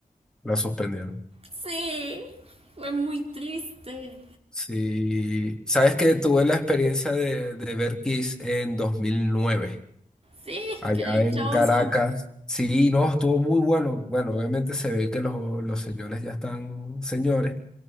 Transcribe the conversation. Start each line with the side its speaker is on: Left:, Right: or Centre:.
Centre: la suspendieron.
Right: Sí, fue muy triste.
Centre: Sí, sabes que tuve la experiencia de, de ver Kiss en 2009,
Right: Sí,
Centre: allá
Right: qué dichoso.
Centre: en Caracas. Sí, no, estuvo muy bueno. Bueno, obviamente se ve que los, los señores ya están señores,